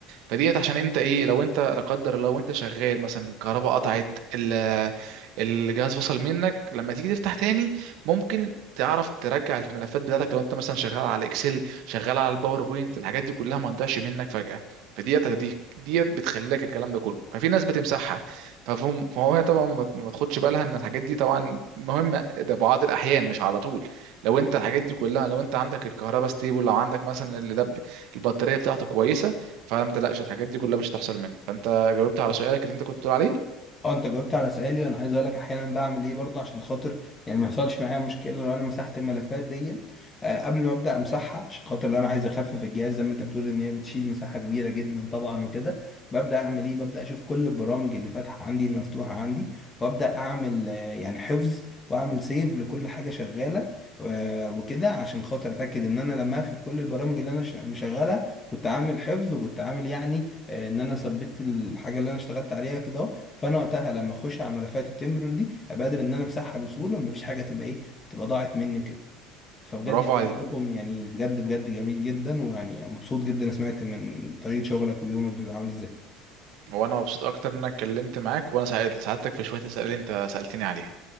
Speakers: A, on the right; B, on the left.
A: فديت عشان أنت إيه لو أنت لا قدر الله وأنت شغال مثلا الكهرباء قطعت ال... الجهاز فصل منك لما تيجي تفتح تاني ممكن تعرف ترجع الملفات بتاعتك لو انت مثلا شغال على اكسل شغال على الباوربوينت الحاجات دي كلها ما تضيعش منك فجأة فديت دي- ديت بتخلي لك الكلام ده كله ففي ناس بتمسحها ففهم- فهو هي طبعا ما ما تاخدش بالها ان الحاجات دي طبعا مهمة ده بعض الاحيان مش على طول لو انت الحاجات دي كلها لو انت عندك الكهرباء ستيبل لو عندك مثلا اللاب البطارية بتاعته كويسة فما تقلقش الحاجات دي كلها مش هتحصل منك فانت جاوبت على سؤالك اللي انت كنت بتقول عليه
B: اه انت جاوبت على سؤالي انا عايز اقول لك احيانا بعمل ايه برضه عشان خاطر يعني ما يحصلش معايا مشكله لو انا مسحت الملفات دي آه، قبل ما ابدا امسحها عشان خاطر لو انا عايز اخفف الجهاز زي ما انت بتقول ان هي بتشيل مساحه كبيره جدا طبعا وكده ببدا اعمل ايه ببدا اشوف كل البرامج اللي فاتحه عندي المفتوحه عندي وابدا اعمل آه، يعني حفظ واعمل سيف لكل حاجه شغاله آه، وكده عشان خاطر اتاكد ان انا لما اقفل كل البرامج اللي انا ش- مشغلها كنت عامل حفظ وكنت عامل يعني آه، ان انا ثبت الحاجه اللي انا اشتغلت عليها كده فانا وقتها لما اخش على ملفات التمبرر دي ابقى قادر ان انا امسحها بسهوله ومفيش حاجه تبقى ايه تبقى ضاعت مني وكده فبجد
A: برافو
B: يعني
A: عليك
B: شغلكم يعني بجد بجد جميل جدا ويعني مبسوط جدا أنا سمعت من طريقه شغلك ويومك بيبقى عامل ازاي
A: وانا مبسوط اكتر ان انا اتكلمت معاك وانا ساعدتك في شوية اسئلة اللي انت سألتني عليها